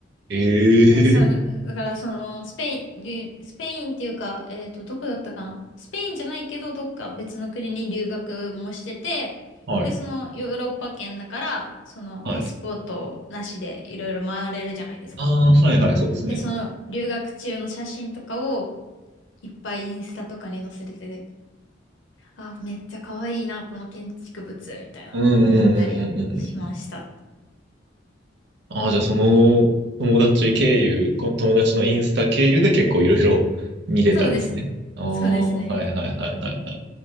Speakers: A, on the right; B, on the left.
A: ええ
B: え、それ、だからその、スペイン、留スペインっていうか、えっと、どこだったかな。スペインじゃないけど、どっか別の国に留学もしてて、
A: はい。
B: で、その、ヨーロッパ圏だから、その、
A: はい。
B: パスポートなしでいろいろ回れるじゃないですか。
A: ああ、はいはい、そうですね。
B: で、その、留学中の写真とかを、いっぱいインスタとかに載せてて、あ、めっちゃ可愛いな、この建築物、みたいな、
A: うんうんうんうんうん
B: 思ったりしました。
A: ああ、じゃあその友達経由、こ友達のインスタ経由で結構いろいろ見れたんですね。
B: そうです。
A: ああ、
B: そうですね。
A: はいはいはいはいはい。